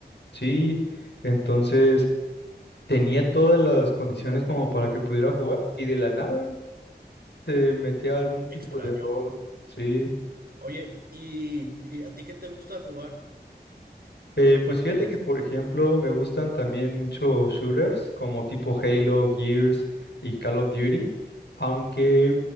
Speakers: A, on the left; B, on the right.
A: Sí, entonces tenía todas las condiciones como para que pudiera
B: Ujú.
A: jugar y de la nada se metía algún tipo
B: Extraño.
A: de error. Sí.
B: Oye, ¿y, y a ti qué te gusta jugar?
A: Eh,
B: Aparte
A: pues fíjate
B: de ese.
A: que, por ejemplo, me gustan también mucho shooters como tipo
B: Ujú.
A: Halo, Gears y Call of Duty, aunque
B: Ujú.